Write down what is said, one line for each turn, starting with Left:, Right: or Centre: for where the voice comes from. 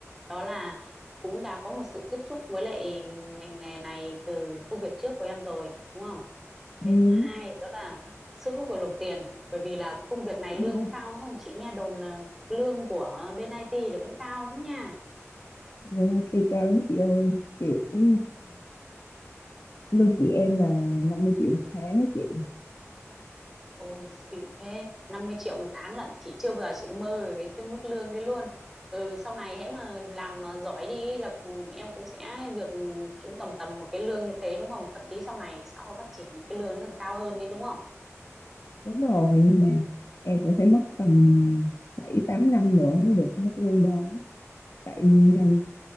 Centre: đó là cũng đã có một sự tiếp xúc với lại ngành nghề này từ công việc trước của em rồi, đúng không?
Left: ừ.
Centre: Cái thứ hai đó là sức hút của đồng tiền, bởi vì là công việc này
Left: <laughs>
Centre: lương cũng cao đúng không? Chị nghe đồn là lương của bên IT là cũng cao lắm nha.
Left: Rồi, IT cao lắm chị ơi kiểu ừ. lương chị em là 50 triệu một tháng á chị
Centre: Ôi xịn thế 50 triệu một tháng lận chị chưa bao giờ chị mơ được đến cái mức lương đấy luôn ừ, sau này hễ mà làm mà giỏi đi là ừ, em cũng sẽ được ừ, cũng tầm tầm một cái lương như thế đúng không thậm chí sau này xã hội phát triển cái lương nó còn cao hơn đấy đúng không
Left: đúng rồi nhưng mà em cũng phải mất tầm 7 8 năm nữa mới được mức lương đó tại ngành
Centre: ừ,